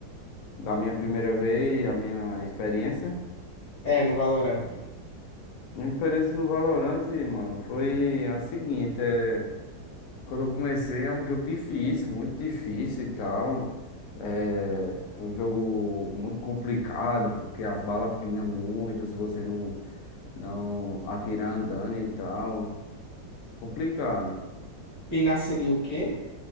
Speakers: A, on the left (about 75°); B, on the left (about 40°).
A: da minha primeira vez, a minha experiência.
B: É, no Valorant.
A: Minha experiência no Valorant, mano, foi a seguinte, é... Quando eu comecei, é um jogo difícil, muito difícil e tal. É é um jogo muito complicado, porque as balas pinam muito se você não, não atirar andando e tal. É complicado.
B: Pinar seria o quê?